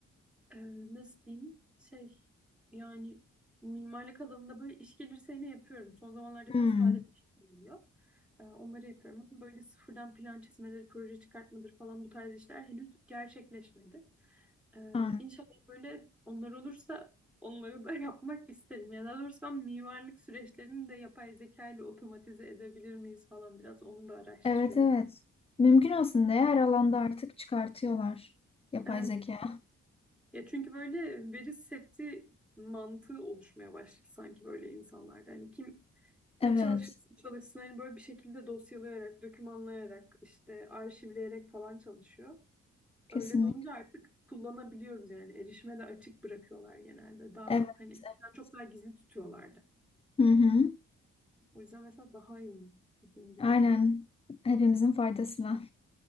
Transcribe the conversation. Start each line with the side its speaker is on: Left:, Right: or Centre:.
Centre: Ee, nasıl diyeyim? Şey yani mimarlık alanında böyle iş gelirse ne yapıyorum? Son zamanlarda
Left: Hmm,
Centre: biraz sade bir şey geliyor. Ee, onları yapıyorum. Ama böyle sıfırdan plan çizmeleri, proje çıkartmaları falan bu tarz işler henüz gerçekleşmedi. Ee,
Left: an-
Centre: İnşallah böyle onlar olursa onları da <laughs> yapmak isterim. Ya daha doğrusu ben mimarlık süreçlerini de yapay zeka ile otomatize edebilir miyiz falan biraz onu da araştırıyorum.
Left: Evet, evet. Mümkün aslında ya, her alanda artık çıkartıyorlar yapay
Centre: Evet.
Left: zeka.
Centre: Ya çünkü böyle veri seti mantığı oluşmaya başladı sanki böyle insanlarda. Hani kim
Left: Evet,
Centre: ne çalışırsa çalışsın hani böyle bir şekilde dosyalayarak, dokümanlayarak, işte arşivleyerek falan çalışıyor.
Left: kesinlikle.
Centre: Öyle de olunca artık kullanabiliyoruz yani. Erişime de açık bırakıyorlar genelde. Daha
Left: Evet.
Centre: hani eskiden
Left: evet.
Centre: çok daha gizli tutuyorlardı.
Left: Hı hı.
Centre: O yüzden mesela daha iyi dediğim gibi.
Left: Aynen. Hepimizin faydasına.